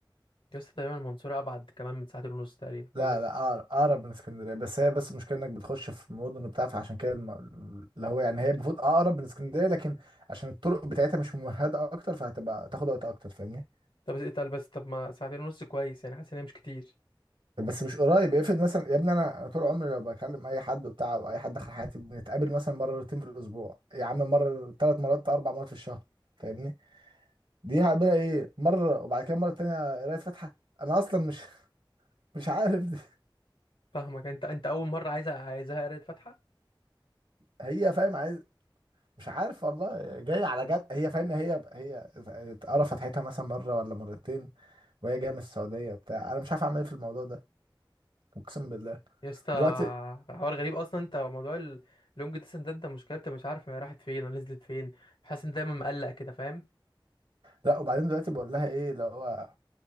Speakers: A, on the left; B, on the right.
A: يا اسطى تقريبا المنصوره ابعد كمان من ساعتين ونص تقريبا ولا
B: لا لا أقر- اقرب من اسكندرية بس هي بس المشكلة انك بتخش في مدن وبتاع فعشان كده الم... اللي هو يعني هي المفروض اقرب من اسكندرية لكن عشان الطرق بتاعتها مش ممهدة اكتر فهتبقى تاخد وقت اكتر فاهمني
A: طب اتقل بس طب ما ساعتين ونص كويس يعني حاسس ان هي مش كتير
B: بس مش قريب افرض مثلا يا ابني انا أنا طول عمري لو بكلم اي حد وبتاع او اي حد دخل حياتي بنتقابل مثلا مرتين في الاسبوع يا عم مره ثلاث مرات اربع مرات في الشهر فاهمني دي هقابلها ايه مره وبعد كده مره تانية قرايه فاتحه انا اصلا مش <laughs> مش عارف دي.
A: فاهمك انت انت اول مره عايزه عايزها قريت فاتحه
B: هي فاهم عايز مش عارف والله جايه على جد هي فاهم هي هي قرا فتحتها مثلا مره ولا مرتين وهي جايه من السعوديه بتاع انا مش عارف اعمل ايه في الموضوع ده اقسم بالله
A: يا اسطى
B: دلوقتي
A: حوار غريب اصلا انت موضوع اللونج ديستنس ده انت مشكلتك مش عارف هي راحت فين ولا نزلت فين حاسس ان دايما مقلق كده فاهم
B: لا وبعدين دلوقتي بقول لها ايه اللي هو